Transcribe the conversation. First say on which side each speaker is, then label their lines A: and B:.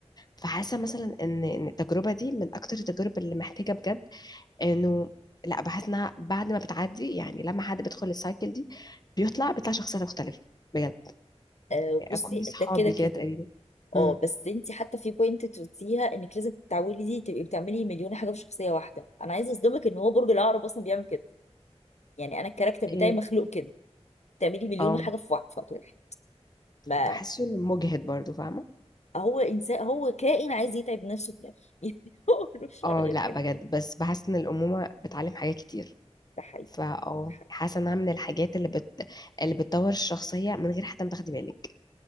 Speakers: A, on the left (about 35°); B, on the left (about 80°).
A: فحاسه مثلا ان ان التجربه دي من اكتر التجارب اللي محتاجه بجد انه لا بحس انها بعد ما بتعدي يعني لما حد بيدخل السايكل دي بيطلع بيطلع شخصية مختلفة بجد
B: آه،
A: يعني
B: بصي
A: كل صحابي
B: ده كده كده
A: كده تقريبا
B: اه
A: امم
B: بس انت حتى في بوينت تقوليها انك لازم تتعودي تبقي بتعملي مليون حاجه في شخصيه واحده انا عايزه اصدمك ان هو برج العقرب اصلا بيعمل كده يعني انا الكاركتر بتاعي
A: إيه،
B: مخلوق كده تعملي مليون
A: اه
B: حاجه في وقت في وقت واحد ما
A: بحسه انه مجهد برضو فاهمة
B: هو انسان هو كائن عايز يتعب نفسه في الاخر <laughs> يعني هو ملوش شر
A: اه
B: غير
A: لا
B: كده
A: بجد بس بحس ان الأمومة بتعلم حاجات كتير
B: ده حقيقي
A: فا
B: ده
A: اه
B: حقيقي.
A: حاسة انها من الحاجات اللي بت... اللي بتطور الشخصية من غير حتى ما تاخدي بالك